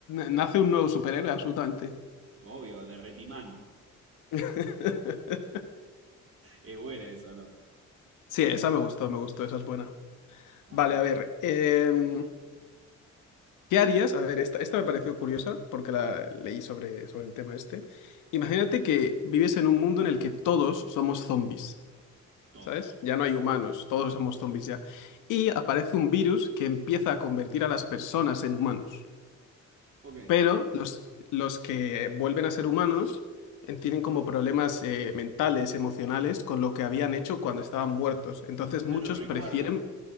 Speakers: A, on the left; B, on the right.
A: Nace un nuevo superhéroe, absolutamente.
B: Obvio, derretimán.
A: <laughs>
B: Es buena esa, ¿no?
A: Sí, esa me gustó, me gustó, esa es buena.
B: A
A: Vale,
B: ver,
A: a ver, em, ¿qué harías? A ver, esta, esta me pareció curiosa porque la leí sobre, sobre el tema este. Imagínate que vives en un mundo en el que todos somos zombies,
B: todos.
A: ¿sabes? Ya no hay humanos, todos somos zombies ya. Y aparece un virus que empieza a convertir a las personas en humanos.
B: Ok.
A: Pero los, los que vuelven a ser humanos eh, tienen como problemas eh, mentales, emocionales, con lo que habían hecho cuando estaban muertos. Entonces
B: Ah,
A: muchos
B: lo recuerdan.
A: prefieren